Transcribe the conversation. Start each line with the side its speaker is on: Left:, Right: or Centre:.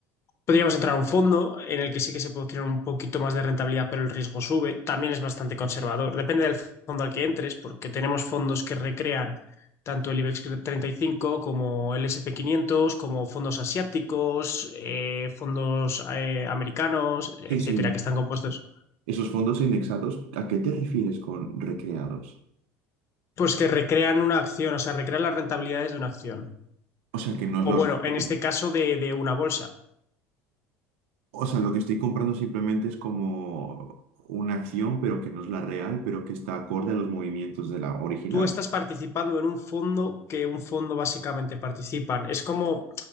Left: Podríamos entrar a un fondo en el que sí que se puede obtener un poquito más de rentabilidad, pero el riesgo sube. También es bastante conservador. Depende del fondo al que entres, porque tenemos fondos que recrean tanto el IBEX 35 como el S and p 500, como fondos asiáticos, eh, fondos eh, americanos, etcétera,
Right: sí, sí.
Left: que están compuestos,
Right: Esos fondos indexados, ¿a qué te refieres con recreados?
Left: pues que recrean una acción, o sea, recrean las rentabilidades de una acción.
Right: O sea, que no es
Left: O
Right: la
Left: bueno,
Right: original.
Left: en este caso de de una bolsa.
Right: O sea, lo que estoy comprando simplemente es como una acción, pero que no es la real, pero que está acorde a los movimientos de la original.
Left: tú estás participando en un fondo que un fondo básicamente participan. Es como